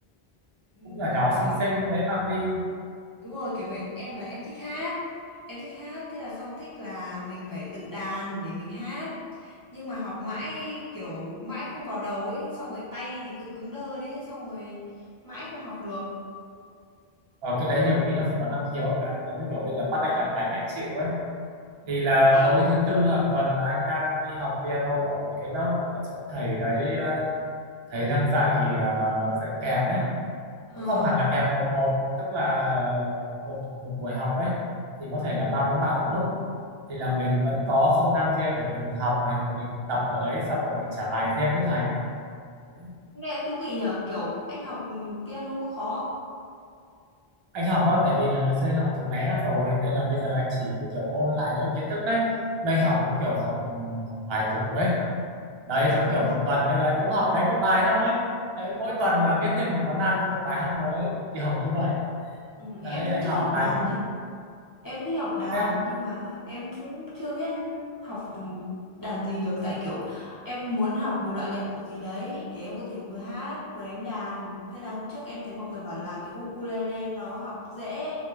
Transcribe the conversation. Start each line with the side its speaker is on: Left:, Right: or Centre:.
Left: ừm,
Right: cũng nhỏ nhỏ
Left: kiểu
Right: xinh xinh dễ mang đi
Left: Đúng rồi, kiểu vậy em là em thích hát. Em thích hát thế là xong thích là mình phải tự đàn để mình hát. Nhưng mà học mãi kiểu mãi không vào đầu ấy, xong rồi tay thì cứ cứng đơ đi ấy, xong rồi mãi không học được.
Right: ở cái đấy nhiều khi nó phải có năng khiếu ấy bạn giống như kiểu bây
Left: Đúng
Right: giờ bắt
Left: rồi.
Right: anh làm bánh anh chịu ấy
Left: Ừ.
Right: thì là
Left: Thế
Right: tối thứ tư hàng tuần là anh đang đi học piano ở một cái lớp ở chỗ thầy đấy ờ, thầy đang dạy ờ, dạy kèm ấy
Left: ờ
Right: cũng không hẳn là kèm một một tức là ờ, một một buổi học ấy thì có thể là ba bốn bạn một lúc thì là mình vẫn có không gian riêng để mình học này rồi mình tập ở đấy xong rồi mình trả bài riêng với thầy đấy.
Left: nghe cũng thú vị nhở, kiểu anh học piano có khó không?
Right: anh học á tại vì là ngày xưa anh học từ bé rồi nên là bây giờ anh chỉ như kiểu ôn lại những cái kiến thức đấy mà anh học giống kiểu học ừ, học bài tủ ấy đấy
Left: Ờ,
Right: giống kiểu một tuần bây giờ cũng học đánh một bài thôi đấy mỗi
Left: ừ,
Right: tuần là viết thêm một món ăn với một bài hát mới kiểu như vậy
Left: ừ,
Right: đấy
Left: em cũng
Right: anh
Left: thích
Right: học
Left: học đàn
Right: đánh
Left: nhá. Em cũng thích học đàn
Right: Thế,
Left: nhưng mà em cũng chưa biết học đàn gì được tại kiểu em muốn học một loại nhạc cụ gì đấy để em có thể vừa hát vừa đánh đàn. Thế là hôm trước em thấy mọi người bảo là cái ukulele nó học dễ.